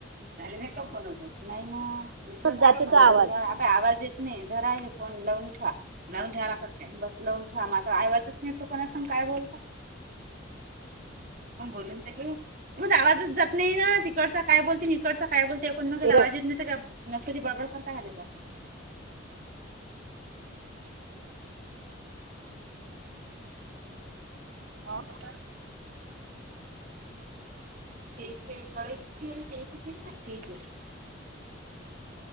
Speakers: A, on the right; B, on the right.
A: झाले नाही का फोन आजून नाही ना उचलत नाही
B: जाते
A: का कधी
B: तो आवाज
A: आता आवाज येत नाही धरा हे फोन लावून ठेवा लावून ठ्यावायला ला कात काय बस लावून ठ्यावा मात्र आईवादच नाही तो कोणा सांग काय बोलता. बोलून द घेऊ म आवाजच जात नाही ना तिकडचा काय बोलते इिकडच काय बोलते. पण मग काला
B: ते
A: आवाजीेत नाही तर का नसत्याची बडबड करता का त्याच्यात
B: हो ना
A: <unintelligible>